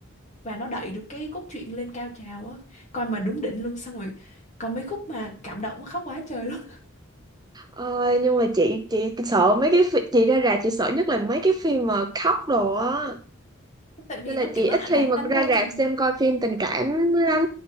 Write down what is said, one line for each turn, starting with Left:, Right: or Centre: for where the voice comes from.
Left: và nó đẩy được cái cốt truyện lên cao trào á. Coi mà đúng đỉnh luôn xong rồi còn mấy khúc mà cảm động khóc quá trời luôn
Right: Ờ, nhưng mà chị chị sợ mấy cái phi- chị ra rạp chị sợ nhất là mấy cái phim mà khóc đồ á.
Left: <laughs> tại vì
Right: Nên là
Left: nó kiểu
Right: chị
Left: nó
Right: ít
Left: đánh
Right: khi mà
Left: đánh
Right: ra
Left: vô tình
Right: rạp xem coi phim tình cảm lắm.